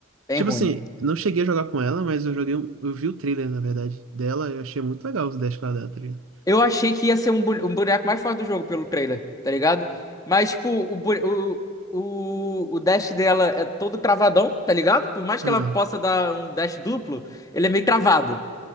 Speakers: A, on the left; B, on the right.
A: Bem
B: Tipo
A: ruim.
B: assim, não cheguei a jogar com ela, mas eu joguei. um- Eu vi o trailer, na verdade, dela, eu achei muito legal os dash que ela dá, tá ligado?
A: Eu achei que ia ser um, bu- um boneco mais forte do jogo pelo trailer, tá ligado? Mas, tipo, o, bu- o, o, o dash dela é todo travadão, tá ligado? Por mais
B: Hum,
A: que ela possa dar um dash duplo, ele é meio travado.